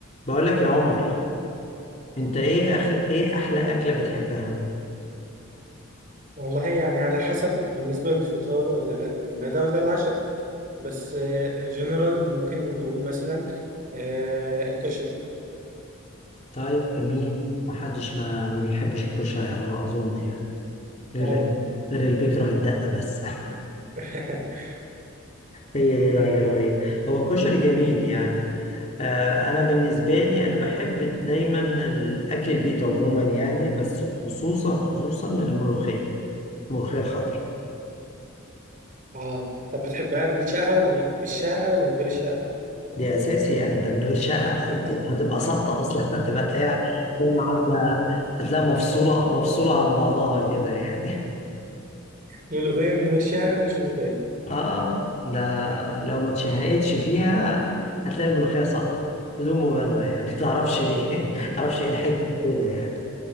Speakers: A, on the left; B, on the right.
A: بقول لك يا عمر انت ايه اخ ايه احلى اكله بتحبها
B: والله يعني على حسب بالنسبة للفطار ولا الغداء ولا العشاء بس الجنرال ممكن نقول مثلا آه، الكشري
A: طيب جميل محدش ما ما بيحبش الكشري على ما اظن يعني غير
B: اه
A: غير اللي بيكره الدقه بس <laughs>
B: <laughs>
A: هي دي الحاجه الوحيده هو كشري جميل يعني آه انا بالنسبه لي انا بحب دايما الاكل البيت عموما يعني بس خصوصا خصوصا الملوخيه الملوخيه الخضراء
B: اه طب بتحبها بالشقة ولا م- بالشقة ولا من غير الشقة؟
A: دي اساسي يعني انت من غير شقه
B: <laughs>
A: اصلا هتبقى ساقطه اصلا <laughs> هتبقى تلاقيها عامله هتلاقيها مفصوله مفصوله عن بعضها كده يعني
B: ملوخية من غير شقة مش ملوخية
A: اه ده لو ما اتشهقتش فيها هتلاقي الملوخيه ساقطه بدون مبالغه يعني <laughs> تعرفش ليه تعرفش ايه الحكمه في كده يعني